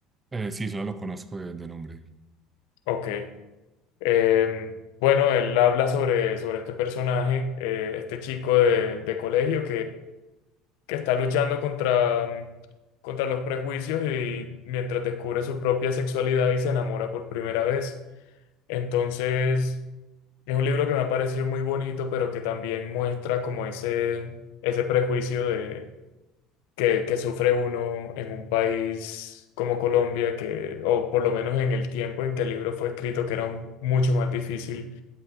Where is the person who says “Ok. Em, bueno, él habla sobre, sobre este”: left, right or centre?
Left